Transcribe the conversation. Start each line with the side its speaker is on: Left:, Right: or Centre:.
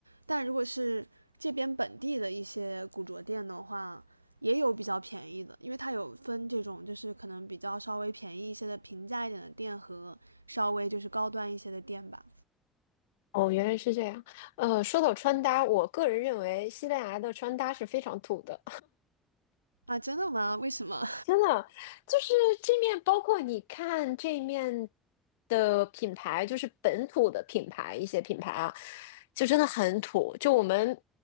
Right: 但如果是这边本地的一些古着店的话，也有比较便宜的，因为它有分这种就是可能比较稍微便宜一些的平价一点的店和稍微就是高端一些的店吧。
Left: 哦，原来是这样。呃，说到穿搭，我个人认为西班牙的穿搭是非常土的。
Right: 啊，真的吗？为什么？
Left: 真的，就是这面，包括你看这面的品牌，就是本土的品牌，一些品牌啊，就真的很土。就我们，